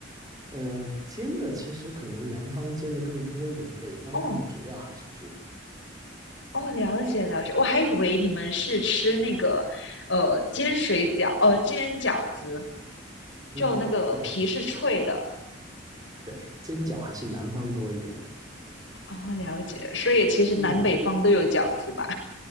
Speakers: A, on the right; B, on the left.
A: 嗯、煎的其实可能南方煎的更多一点，北方他们主要还是煮。
B: 哦，哦，了解了解，我还以为你们是吃那个，呃，煎水饺，呃，煎饺子，
A: 嗯，
B: 就那个皮是脆的。
A: 对对，煎饺还是南方多一点。
B: 哦，了解，所以其实南北方都有饺子吧？
A: 嗯。